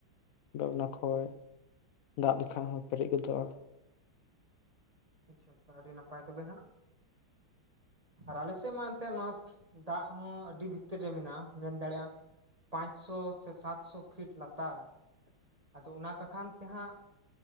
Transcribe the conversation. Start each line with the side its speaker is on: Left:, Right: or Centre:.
Left: ᱚᱱᱟ ᱠᱷᱚᱡ ᱫᱟᱜ ᱞᱮᱠᱷᱟ ᱦᱚᱸ ᱯᱮᱨᱮᱡ ᱜᱚᱫᱚᱜᱼᱟ᱾
Right: ᱟᱪᱪᱷᱟ ᱟᱪᱪᱷᱟ ᱟᱹᱰᱤ ᱱᱟᱯᱟᱭ ᱛᱚᱵᱮ ᱦᱟᱸᱜ ᱟᱨ ᱟᱞᱮ ᱥᱮᱫ ᱢᱟ ᱮᱱᱛᱮᱜ ᱱᱚᱣᱟ ᱫᱟᱜ ᱦᱚᱸ ᱟᱹᱰᱤ ᱵᱷᱤᱛᱤᱨ ᱨᱮ ᱢᱮᱱᱟᱜᱼᱟ᱾ ᱢᱮᱱ ᱫᱟᱲᱮᱭᱟᱜᱼᱟ᱾ ᱯᱟᱸᱪᱥᱚ ᱥᱮ ᱥᱟᱛᱥᱚ ᱯᱷᱤᱴ ᱞᱟᱛᱟᱨ ᱨᱮ ᱟᱫᱚ ᱚᱱᱟ ᱠᱚᱠᱷᱟᱱ ᱛᱮ ᱦᱟᱸᱜ